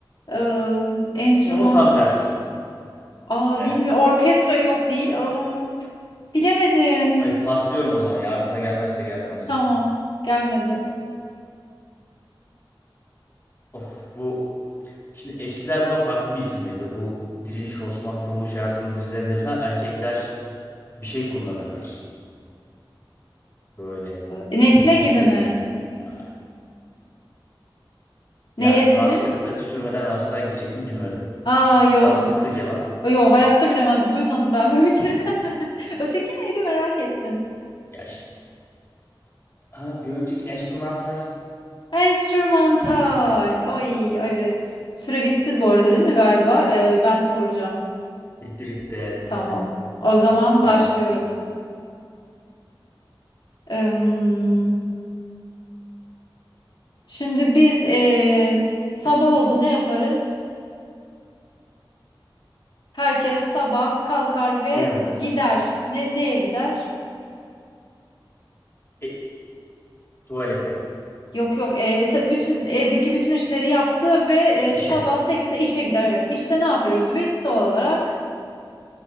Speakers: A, on the left; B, on the left.
A: e, enstrüman.
B: onun tam tersi.
A: Aa
B: Evet.
A: bilmiyorum. Orkestra yok değil. Aa, bilemedim.
B: Ay paslıyorum o zaman ya aklına gelmezse gelmez.
A: Tamam. Gelmedi.
B: Of bu şimdi eskiler buna farklı bir isim verirdi. Bu Diriliş Osman, Kuruluş Ertuğrul dizilerinde falan erkekler bir şey kullanırlar. Böyle
A: E, nesne
B: kirpiklerine.
A: gibi mi?
B: Ha.
A: Neye
B: Ya
A: dedin?
B: rastlıktı. Sürmeden rastlığa gidecektim bilmedim.
A: Aa yo
B: Rastlıktı cevap.
A: Yo hayatta bilemezdim. Duymadım ben böyle bir kere. <laughs> Öteki neydi merak ettim.
B: Ya şi- Ha bir önceki enstrümantal.
A: Enstrümantal. Ay evet. Süre bitti bu arada değil mi galiba? Ee, ben soracağım.
B: Bitti bitti evet
A: Tamam.
B: bitti.
A: O zaman
B: Sende.
A: başlıyorum. Im, şimdi biz ee, sabah oldu ne yaparız? Herkes sabah kalkar ve
B: Uyanırız.
A: gider. Ne, neye gider?
B: E, tuvalete.
A: Yok yok. Ee, ta- bütün evdeki bütün işleri yaptı ve ee,
B: işe.
A: sabah 8'de işe gider. Evet. İşte ne yapıyoruz biz doğal olarak?